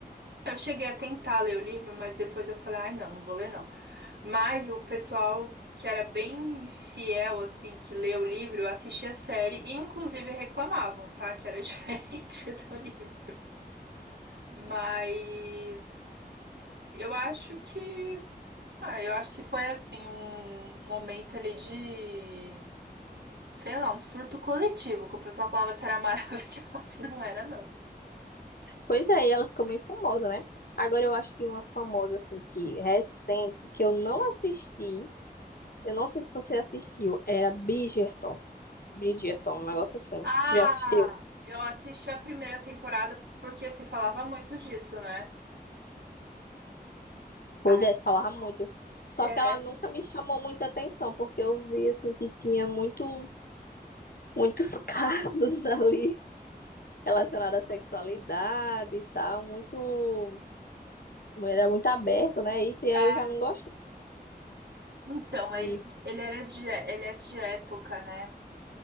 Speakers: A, on the right; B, on the left.
A: Eu cheguei a tentar ler o livro, mas depois eu falei, ai, não, não vou ler não. Mas o pessoal que era bem fiel, assim, que lê o livro, assistia a série e inclusive reclamavam, tá? Que era <laughs> diferente do livro. Mas eu acho que. Ah, eu acho que foi assim, um momento ali de. Sei lá, um surto coletivo, que o pessoal falava que era maravilhoso <laughs> e não era, não.
B: Pois é, e ela ficou meio famosa, né? Agora eu acho que uma famosa, assim, que recente, que eu não assisti, eu não sei se você assistiu, era Bridgerton. Bridgerton, um negócio assim.
A: Ah,
B: Tu já assistiu?
A: eu assisti a primeira temporada porque se falava muito disso, né?
B: Pois
A: Ah,
B: é, se falava muito. Só
A: é.
B: que ela nunca me chamou muita atenção, porque eu vi, assim, que tinha muito, muitos <laughs> casos ali relacionados à sexualidade e tal, muito, era muito aberto, né? Isso, e aí
A: é,
B: eu já não gosto
A: Então,
B: disso,
A: ele, ele era de, ele é de época, né?